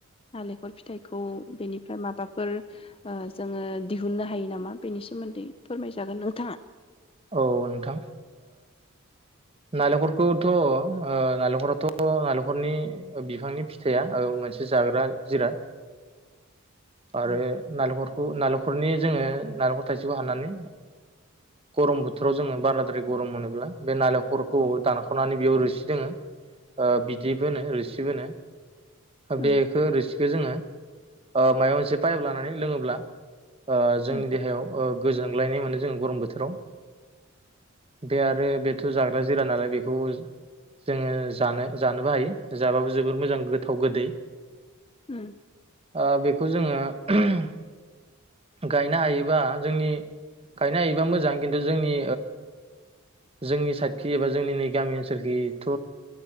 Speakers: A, on the left; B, on the right.
A: नालेंखर फिथाइखौ बेनिफ्राय माबाफोर जोङो दिहुननो हायो नामा? बेनि सोमोन्दै फोरमायजागोन नोंथाङा ।
B: औ नोंथां नालेंखरखौथ नालेंखराथ नालेंखरनि बिफांनि फिथाइया मोनसे जाग्रा जिराद । आरो
A: औ
B: नालेंखर नालेंखरनि जोङो नालेंखर थाइसेखौ हाननानै गरम बोथोराव जोङो बाराद्राय गरम मोनोब्ला बे नालेंखरखौ दानाख खनानै बेयाव रोसि दङो बिदैबो होनो रोसिबो होनो बेखो
A: उम
B: रोसिखो जोङो अ माइबा मोनसे पाइप लानानै लोङोब्ला ओ जोंनि
A: उम
B: देहायाव ओ गोजोनग्लायनाय मोनो जोंङो गरम बोथोराव बे आरो बेथ जाग्रा जिराद नालाय बेखौ जोङो जानो जानोबो हायो जाबाबो जोबोर मोजां गोथाव गोदै ।
A: उम।
B: आ बे खौ जोङो <unintelligible> गायनो हायोबा जोंनि गायनो हायोबा मोजां खिन्थु जोंनि जोंनि साइडखि एबा जोंनि नै गामि ओनसोलखिथ